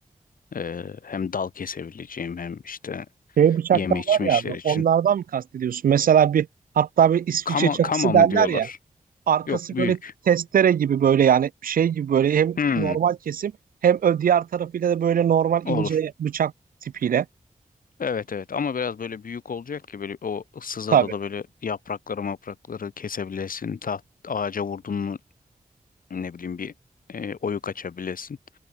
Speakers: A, on the left; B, on the right.
A: Ee, hem dal kesebileceğim hem işte
B: Şey bıçaklar
A: yeme içme
B: var
A: işleri
B: ya abi,
A: için.
B: onlardan mı kastediyorsun? Mesela bir hatta bir İsviçre
A: Kama,
B: çakısı
A: kama mı
B: derler
A: diyorlar?
B: ya. Arkası
A: Yok büyük.
B: böyle testere gibi böyle yani şey gibi böyle hem
A: Hmm,
B: normal kesim hem ö- diğer tarafıyla da böyle normal
A: olur.
B: ince bıçak tipiyle.
A: Evet evet ama biraz böyle büyük olacak ki böyle o ıssız adada
B: Tabii.
A: böyle yaprakları maprakları kesebilesin. Taht, ağaca vurdun mu ne bileyim bir e, oyuk açabilesin.